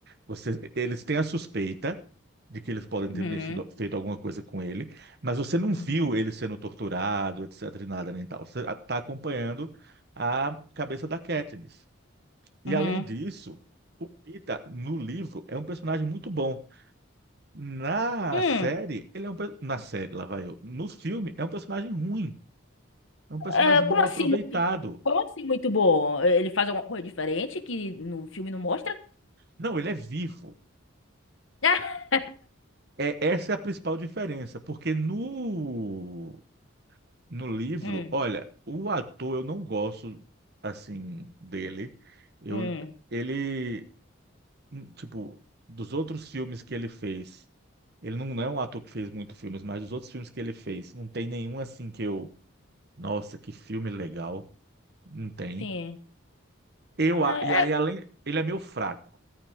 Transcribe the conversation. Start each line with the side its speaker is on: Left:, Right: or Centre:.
Right: Você, eles têm a suspeita de que eles podem ter
Left: Uhum.
Right: mexido, feito alguma coisa com ele, mas você não viu
Left: Uhum.
Right: ele sendo torturado, etc, e nada nem tal. Você está acompanhando a cabeça da Katniss. E
Left: Uhum.
Right: além disso, o Pita no livro é um personagem muito bom. Na
Left: Hum.
Right: série, ele é um pe- na série, lá vai eu. No filme é um personagem ruim, é um personagem
Left: Ah,
Right: mal
Left: como assim
Right: aproveitado.
Left: muito bom? Como assim muito bom? Ele faz alguma coisa diferente que no filme não mostra? <laughs>
Right: Não, ele é vivo.
Left: Ah,
Right: É, essa é a principal diferença, porque no, no livro,
Left: hum,
Right: olha, o ator eu não gosto assim dele. Eu,
Left: hum,
Right: ele, hum, tipo, dos outros filmes que ele fez, ele não é um ator que fez muitos filmes, mas dos outros filmes que ele fez, não tem nenhum assim que eu, nossa, que filme legal, não tem.
Left: sim.
Right: Eu,
Left: Ah,
Right: a- e aí
Left: é-
Right: além, ele é meio fraco.